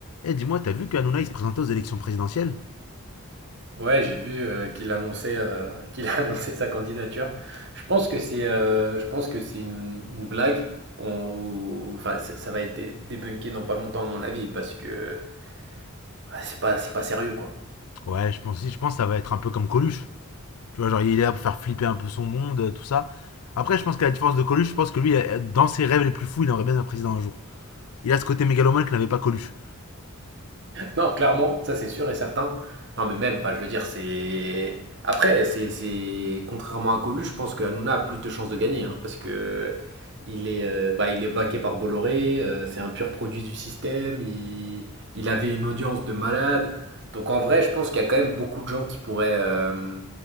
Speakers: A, on the left; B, on the right.
A: Eh, dis-moi, t'as vu qu'Anouna il se présentait aux élections présidentielles
B: Ouais, j'ai vu euh, qu'il annonçait, euh, qu'il a <laughs> annoncé sa candidature. Je pense que c'est, euh, je pense que c'est une, une blague. On- enfin, ça, ça va être dé- débunké dans pas longtemps à mon avis parce que ah, c'est pas, c'est pas sérieux quoi.
A: Ouais, je pense, je pense que ça va être un peu comme Coluche. Tu vois, genre il est là pour faire flipper un peu son monde, euh, tout ça. Après, je pense qu'à la différence de Coluche, je pense que lui, euh, dans ses rêves les plus fous, il aimerait bien être président un jour. Il a ce côté mégalomane que n'avait pas Coluche.
B: Non, clairement, ça c'est sûr et certain. Non, mais même, pas, je veux dire, c'est. Après, c'est, c'est- contrairement à Colu, je pense que Hanouna a plus de chances de gagner, hein, parce que il est, euh, bah, il est baqué par Bolloré, euh, c'est un pur produit du système, il, il avait une audience de malade. Donc en vrai, je pense qu'il y a quand même beaucoup de gens qui pourraient, euh,